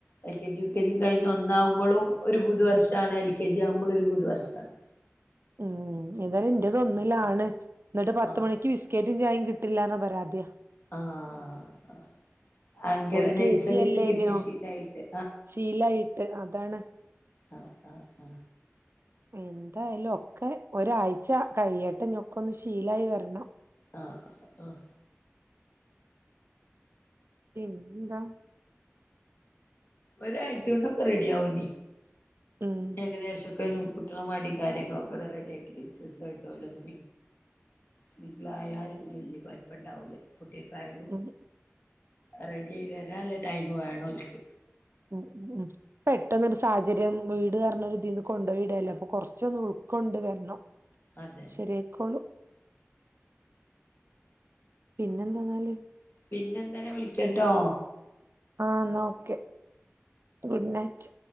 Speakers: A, on the left (about 50°); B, on the right (about 55°).
A: എൽ കെ ജി യ കെ ജിം കഴിഞ് ഒന്നാവുമ്പളും ഒരു പുതു വർഷമാണ് എൽ കെ ജി ആകുമ്പോൾ ഒരു പുതുവർഷമാണ്
B: ഉം ഇതില് ഇന്റെത് ഒന്നിലാണ് എന്നിട്ട് പത്ത്
A: ആഹ്
B: മണിക്ക് ബിസ്ക്കറ്റ് ും ചായിം കിട്ടില്ലാന്ന പരാതിയ
A: ആഹ് ഭയങ്കര
B: ഓള് കെ
A: നഴ്സറിന്ന്
B: ജി അല്ലേ
A: കിട്ടിയ
B: ന്യോ
A: ശീലായിട്ട്
B: ശീലായിട്ട് അതാണ്
A: ആ ആ ആ
B: എന്തായാലും ഒക്കെ ഒരാഴ്ച കയ്യിയട്ടെ ഞ്ഒക്കെഒന്ന് ശീലായി വരണം
A: ആഹ് ആഹ്
B: പിന്നന്താ
A: ഒരാഴ്ച കൊണ്ടൊക്കെ റെഡി യാവു ഇനി
B: ഉം
A: എകദേശാക്കെയും കുട്ടികള മടിയും കാര്യങ്ങളൊക്കെ ഇവിടെ റെഡിയാക്കിട്ട് ടിചെസ്സുമായിട്ട് അവരൊന്നു മിന്ഗിളായാല് ഇ വല്യ കുഴപ്പ ഇണ്ടാവൂല്ല കുട്ടിയക്കായാലും
B: ഉം
A: റെഡി ആയി വരാ ഉള്ള ടൈം വേണോൽക്ക്
B: ഉ ഉ ഉ പെട്ടെന്നൊരു സാഹചര്യം വീട് അറഞ്ഞത് ഇതിന്ന് കൊണ്ടുയിടലേ അപ്പൊ കൊറച്ചൊന്ന് ഉൾക്കൊണ്ട് വരണം
A: അതന്നെ
B: ശരിയായിക്കോളും പിന്നെന്താന്നാല്
A: പിന്നെന്തനെ വിളിക്കട്ടോ
B: ആ എന്നാ ഓക്കെ ഗുഡ് നൈറ്റ്